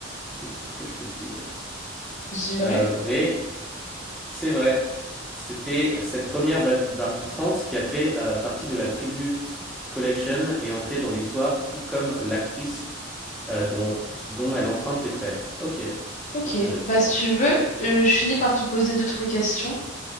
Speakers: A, in the centre; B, on the left.
A: C'est tout ce que je peux te dire.
B: J'y vrai.
A: Euh, vrai. C'est vrai. C'était cette première Bab- Barbie trans qui a fait euh, partie de la Tribute Collection et entrée dans l'histoire, tout comme l'actrice euh, dont, dont elle emprunte les traits. Ok,
B: Ok.
A: intéressant.
B: Bah si tu veux, euh, je finis par te poser d'autres questions.